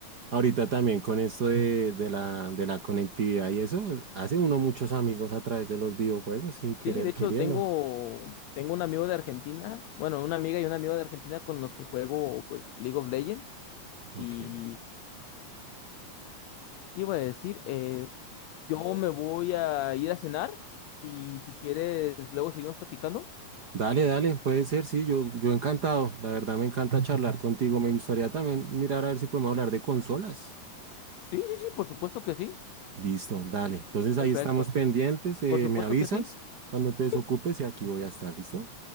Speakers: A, on the right; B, on the left.
A: ahorita también con esto de, de la, de la conectividad y eso, hace uno muchos amigos a través de los videojuegos sin
B: sí,
A: querer
B: de hecho
A: queriendo.
B: tengo, tengo un amigo de Argentina, bueno, una amiga y un amigo de Argentina con los que juego, pues, League of Legends.
A: Ok.
B: Y te iba a decir, eh, Yo me voy a ir a cenar y si quieres, luego seguimos platicando.
A: Dale, dale, puede ser, sí, yo, yo encantado. La verdad me encanta charlar contigo. Me gustaría también mirar a ver si podemos hablar de consolas.
B: Sí, sí, sí, por supuesto que sí.
A: Listo, dale. Entonces ahí
B: Perfecto.
A: estamos pendientes. eh,
B: Por supuesto
A: me avisas
B: que sí.
A: cuando te
B: Sí,
A: desocupes y aquí voy a estar, ¿listo?